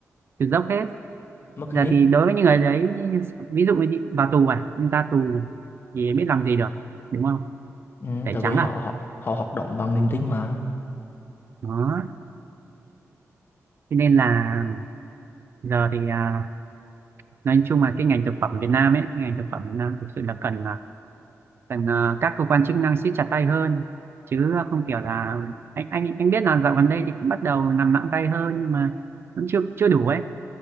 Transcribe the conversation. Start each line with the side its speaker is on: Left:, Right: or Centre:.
Right: từ dốc hết
Left: mất
Right: giờ
Left: hết.
Right: thì đối với những người đấy ví dụ như vào tù à nhưng ra tù thì biết làm gì được đúng không
Left: Ừ,
Right: tẩy
Left: tại
Right: trắng
Left: vì họ
Right: à
Left: họ họ hoạt động bằng niềm
Right: đó
Left: tin mà.
Right: Đó. Thế nên là giờ thì à, nói chung là cái ngành thực phẩm Việt Nam ấy cái ngành thực phẩm Việt Nam thực sự là cần à, rằng ờ, các cơ quan chức năng siết chặt tay hơn chứ ờ, không kiểu là anh anh anh biết là dạo gần đây thì cũng bắt đầu làm nặng tay hơn nhưng mà vẫn chưa chưa đủ ấy